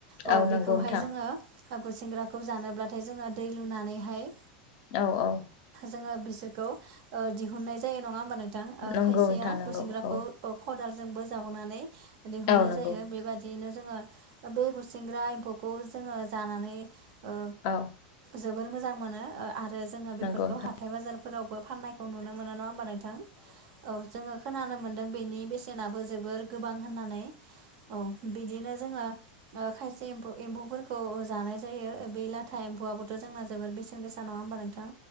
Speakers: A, on the right; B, on the left.
A: अ
B: औ नंगौ
A: बेखौहाय
B: नोंथां
A: जोङो ओ गुसेंग्राखौ जानोब्लाथाय जोङो दै लुनानैहाय
B: औ औ
A: जोङो बिसोरखौ ओ दिहुननाय जायो नङा होमबा नोंथां ओ
B: नंगौ
A: खायसेया
B: नोंथां नंगौ
A: गुसेंग्राखौ
B: औ
A: खदालजोंबो जावनानै दिहुननाय
B: औ नंगौ
A: जायो बेबायदियैनो जोङो ओ बे गुसेंग्रा एम्फौखौ जोङो जानानै ओ
B: औ
A: जोबोर मोज जां मोनो ओ आरो जोङो
B: नंगौ
A: बेफोरखौ
B: नोंथां
A: हाथाय बाजारफोरावबो फाननायखौ नुनो मोनो नङा होमबा नोंथ थां औ जोङो खोनानो मोनदों बेनि बेसेनाबो जोबोर गोबां होननानै औ बिदिनो जोङो ओ खायसे एम्फ एम्फौफोरखौ ओ जानाय जायो ओ बे लाथा एम्फौआबोथ' जोंना जोबोर बेसेन गोसा नङा होमबा नोंथां